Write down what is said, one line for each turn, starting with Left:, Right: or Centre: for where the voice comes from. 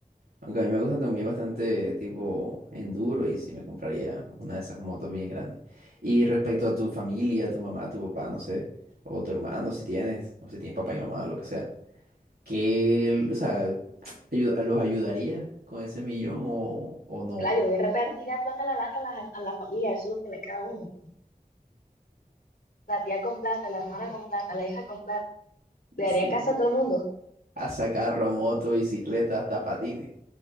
Right: Aunque a mí me gustan también bastante tipo enduro y sí me compraría una de esas motos bien grandes. Y respecto a tu familia, tu mamá, tu papá, no sé, o tu hermano, si tienes, o si tienes papá y mamá, lo que sea. ¿Qué, o sea, ayu- los ayudaría con ese millón o, o no?
Left: Claro, yo voy a repartir la plata, la lata a la, a la familia, eso es lo que le queda a uno. La tía con plata, la hermana con plata, la hija con plata. Le daría
Right: Sí.
Left: casa a todo el mundo.
Right: A sacar moto, bicicleta, hasta patines.